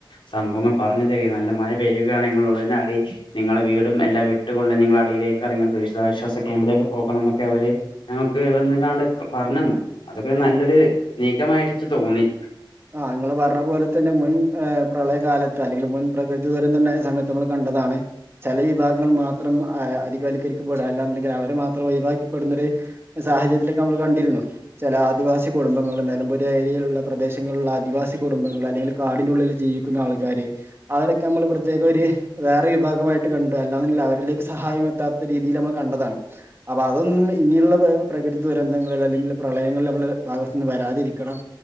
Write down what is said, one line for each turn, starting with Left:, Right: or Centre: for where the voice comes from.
Left: സംഭവങ്ങൾ പറഞ്ഞു തരിക നല്ല മ പെരുകയാണെങ്ങൾ ഉടനടി നിങ്ങളെ വീടും എല്ലാം വിട്ടുകൊണ്ട് നിങ്ങള അടിയിലേക്ക് ഇറങ്ങണം ദുരിഷതാശ്വാസ ക്യാമ്പിലേക്ക് പോകണം എന്നൊക്കെ അവര് ഞങ്ങക്ക് വന്ന് കണ്ട് പറഞ്ഞന്നു അതൊക്കെ നല്ലൊരു നീക്കമായിട്ടച്ച് തോന്നി
Right: ആ ങ്ങള് പറഞ്ഞ പോലെ തന്നെ മുൻ ഏ് പ്രളയകാലത്ത് അല്ലെങ്കിൽ മുൻ പ്രകൃതി ദൂരന്തണ്ടായ സമയത്ത് മ്മള് കണ്ടതാണ് ചെല വിഭാഗങ്ങൾ മാത്രം അരികവൽക്കരിക്കപ്പെടുക അല്ലാന്ന്ണ്ടെങ്കിൽ അവരെ മാത്രം ഒയിവാക്കപ്പെടുന്ന ഒരു സാഹചര്യത്തിലൊക്കെ നമ്മൾ കണ്ടിരുന്നു ചില ആദിവാസി കുടുംബങ്ങളൾ നെലംപുരി ഏരിയെലുള്ള പ്രദേശങ്ങ ലുള്ള ആദിവാസി കുടുംബങ്ങള് അല്ലെങ്കിൽ കാടിനുള്ളില് ജീവിക്കുന്ന ആൾക്കാര് അവരൊക്കെ അമ്മൾ പ്രത്യേകൊര് വേറെ വിഭാഗമായിട്ട് കണ്ടു അല്ലാങ്കിൽ അവരിലേക്ക് സഹായം എത്താത്ത രീതിയിൽ അമ്മൾ കണ്ടതാണ് അപ്പൊ അതൊന്നും ഇനിയുള്ള പ്രകൃതി ദുരന്തങ്ങൾ അല്ലെങ്കിൽ പ്രളയങ്ങൾ നമ്മുടെ ഭാഗത്തു നിന്ന് വരാതിരിക്കണം